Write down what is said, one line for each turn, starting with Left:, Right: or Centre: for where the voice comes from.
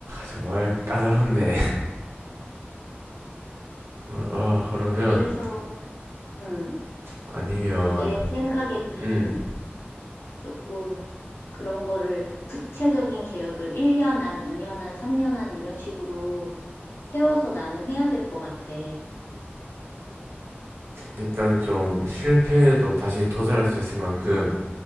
Right: 정말 까다롭네. <laughs> 아, 그러면
Left: 그래서, 음,
Right: 아니면
Left: 내 생각에는
Right: 음.
Left: 조금 그런 거를 구체적인 계획을 1년 안, 2년 안, 3년 안 이런 식으로 세워서 나는 해야 될 것 같아.
Right: 일단은 좀 실패해도 다시 도전할 수 있을 만큼